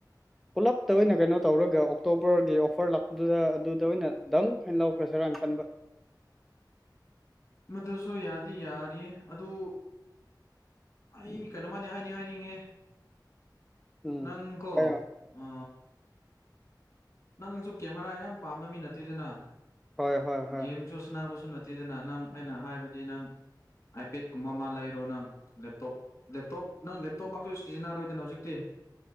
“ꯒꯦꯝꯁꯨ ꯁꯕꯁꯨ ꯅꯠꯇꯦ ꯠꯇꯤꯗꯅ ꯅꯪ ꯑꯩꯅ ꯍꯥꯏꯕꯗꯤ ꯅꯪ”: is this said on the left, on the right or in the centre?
Left